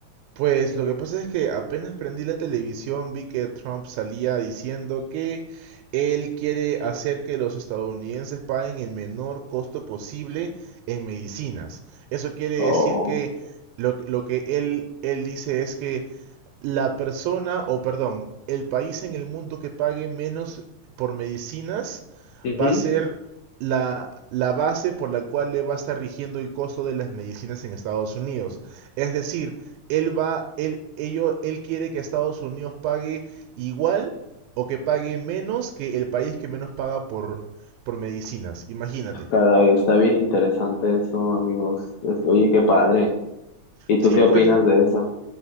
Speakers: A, on the right; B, on the left.
A: Pues lo que pasa es que apenas prendí la televisión, vi que Trump salía diciendo que él quiere hacer que los estadounidenses paguen el menor costo posible en medicinas. Eso quiere
B: Oh,
A: decir que lo, lo que él, él dice es que la persona, o perdón, el país en el mundo que pague menos por medicinas
B: Ujú.
A: va a ser la, la base por la cual le va a estar rigiendo el costo de las medicinas en Estados Unidos. Es decir, él va, él, ello, él quiere que Estados Unidos pague igual o que pague menos que el país que menos paga por, por medicinas. Imagínate.
B: caray, está bien interesante eso, amigos. Es- Oye, qué padre. ¿Y
A: Sí,
B: tú qué
A: pues,
B: opinas
A: ¿no?
B: de eso?